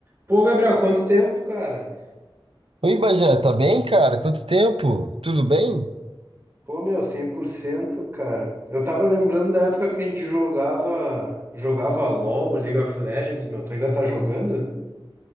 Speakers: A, on the right; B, on the right.
A: Pô, Gabriel, quanto tempo, cara?
B: Oi, Bajé, tá bem, cara? Quanto tempo? Tudo bem?
A: Pô, meu, 100%, cara. Eu tava lembrando da época que a gente jogava, jogava LoL, League of Legends, meu. Tu ainda tá jogando?